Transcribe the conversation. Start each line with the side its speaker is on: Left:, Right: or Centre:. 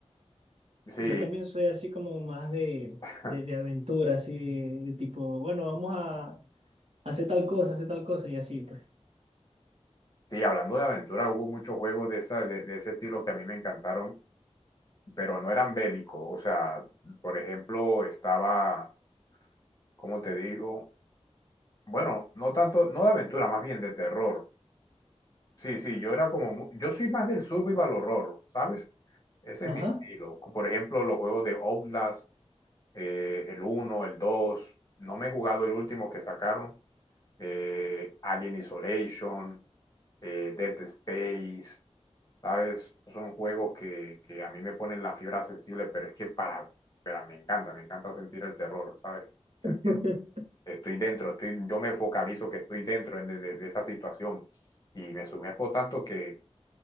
Left: Sí,
Right: Yo también soy así como más de,
Left: <laughs>
Right: de, de aventura, así tipo, bueno, vamos a hacer tal cosa, hacer tal cosa y así, pues.
Left: sí, hablando de aventura, hubo muchos juegos de, esa, de, de ese estilo que a mí me encantaron, pero no eran bélicos. O sea, por ejemplo, estaba como te digo, bueno, no tanto, no de aventura, más bien de terror. Sí, sí, yo era como, mu- yo soy más del survival horror, ¿sabes? Ese
Right: Ajá.
Left: es mi estilo. Por ejemplo, los juegos de Outlast, eh, el uno el 2 no me he jugado el último que sacaron, eh, Alien Isolation, eh, Dead Space, ¿sabes? Son juegos que, que a mí me ponen la fibra sensible, pero es que para, pero me encanta, me encanta sentir el terror, ¿sabes? Sentir
Right: <laughs>
Left: estoy dentro, estoy, yo me focalizo que estoy dentro en, de, de, esa situación y me sumerjo tanto que,